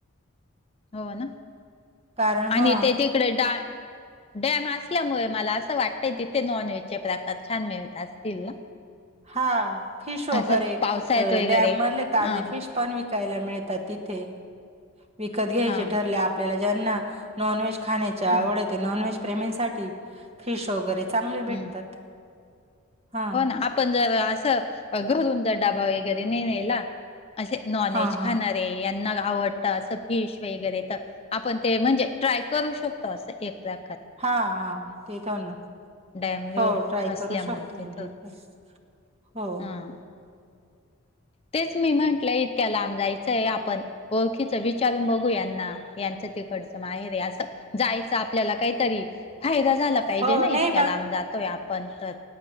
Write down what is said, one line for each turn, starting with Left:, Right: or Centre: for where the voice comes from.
Left: हो ना
Right: कारण
Left: आणि
Right: ह
Left: ते तिकडे डा डॅम असल्यामुळे मला असं वाटतंय तिथे नॉन व्हेजचे प्रकार छान मिळत असतील ना,
Right: हा फिश वगैरे
Left: असं पावसाळ्यात वगैरे
Right: डॅम मधले ताजे
Left: हा
Right: फिश पण विकायला मिळतात तिथे विकत घ्यायचे
Left: हा
Right: ठरले आपल्याला ज्यांना नॉनव्हेज खाण्याच्या
Left: हा
Right: आवडेत नॉनव्हेज प्रेमींसाठी फिश वगैरे चांगले
Left: हम्म
Right: भेटतात. हा
Left: हो ना आपण जर असं घरून जर डबा वगैरे ने नला असे नॉन
Right: हा
Left: व्हेज खाणार
Right: हा
Left: आहे यांना आवडत असं फिश वगैरे तर आपण ते म्हणजे ट्राय करू शकतो असं एक प्र
Right: हा हा ते तोन
Left: डॅम व्ह्यू
Right: हो ट्राय
Left: असल्यामुळे
Right: करू शकतो
Left: तिथं
Right: मी तिथे हो
Left: हा तेच मी म्हंटलं इतक्या लांब जायचंय आपण ओळखीच विचारून बघू यांना यांचं तिकडचं मा आहे रे असं जायच आपल्याला काहीतरी फायदा झाला पाहिजे
Right: हो
Left: ना
Right: नाही
Left: इतक्या लांब जातोय आपण तर